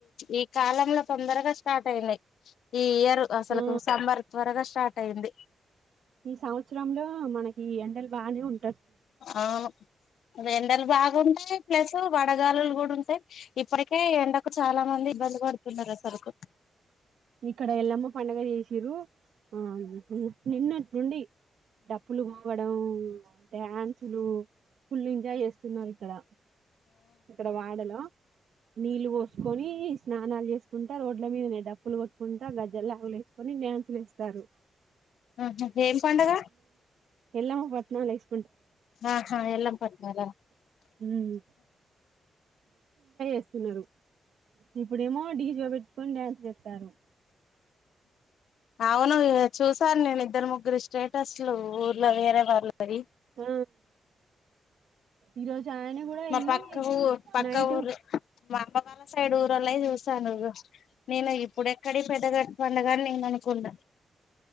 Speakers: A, on the left; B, on the right.
A: ఈ కాలంలో తొందరగా స్టార్ట్ అయింది ఈ ఇయర్ అసలు
B: ఆ
A: సమ్మర్ త్వరగా స్టార్ట్ అయింది
B: ఈ సంవత్సరంలో మనకి ఎండలు బానే ఉన్
A: అవును ఎండలు బాగుంటే ప్లస్ వడగాలులు కూడా ఉంటాయి ఇప్పటికే ఎండకు చాలా మంది ఇబ్బంది పడుతున్నారు అసార్కు
B: ఇక్కడ ఎల్లమ్మ పండగ చేసిరు ఆ నిన్నట్ నుండి డప్పులు పోవడం డ్యాన్సులు ఫుల్ ఎంజాయ్ చేస్తున్నారు ఇక్కడ ఇక్కడ వాడలో నీళ్ళు పోసుకొని స్నానాలు చేసుకుంటా రోడ్ల మీద డ కుంట గజ్జలు లాగులేేసుకొని డాన్సులేస్తారు
A: ఆహ ఏం పండగ
B: ఎల్లమ పట్నాలెస్
A: ఆహా ఎల్లం పట్నాల
B: ఉమ్ ఇస్తున్నరు ఇప్పుడేమో డీజె పెట్టుకొని డ్యాన్స్ జెస్ ట్టారు
A: అవును చూసాను నేను ఇద్దరు ముగ్గురు స్టేటస్లు ఊర్లో వేరే వాళ్ళవి
B: ఆ ఈరోజు ఆయన కూడా
A: మా
B: వెళ్ళి
A: పక్క ఊ పక్క
B: నైట్
A: ఊర్ మా బాల సైడ్ ఇడల చూసాను నేను ఇప్పుడు ఎక్కడ పెద్ద గ పండుగని నేను అనుకున్న